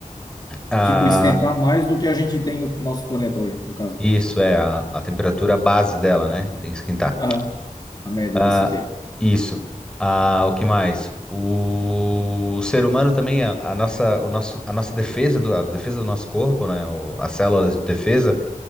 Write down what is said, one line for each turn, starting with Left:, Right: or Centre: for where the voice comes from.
Centre: Ah,
Left: tipo, esquentar mais do que a gente tem no nosso planeta hoje, no caso.
Centre: isso é a, a temperatura base dela, né? Tem que esquentar.
Left: Aham, A média
Centre: Ah,
Left: ali, saquei.
Centre: isso. Ah, o que mais? O, o ser humano também, a, a nossa, o nosso, a nossa defesa do, a defesa do nosso corpo, né? O- as células de defesa